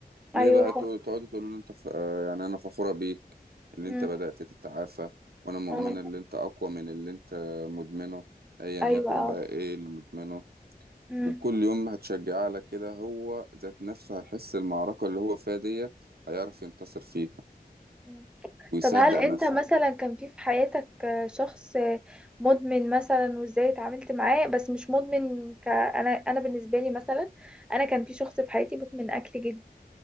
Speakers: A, on the right; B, in the centre.
A: ليه
B: ايوه
A: بقى
B: فا
A: تقول- تقعدي تقولوا ان انت ف... آه، يعني انا فخورة بيك اللي
B: امم
A: انت بدأت تتعافى وانا مؤمنة
B: اه
A: اللي انت اقوى من اللي انت مدمنه ايا
B: ايوه
A: يكن
B: اه
A: بقى ايه اللي مدمنه
B: امم
A: وكل يوم هتشجعيه على كده هو ذات نفسه هيحس المعركة اللي هو فيها ديت هيعرف ينتصر فيها
B: أمم.
A: ويصدق
B: طب هل انت
A: نفسه
B: مثلا كان في في حياتك آه، شخص آه، مدمن مثلا وازاي اتعاملت معاه بس مش مدمن ك... انا انا بالنسبه لي مثلا انا كان في شخص في حياتي مدمن اكل جدا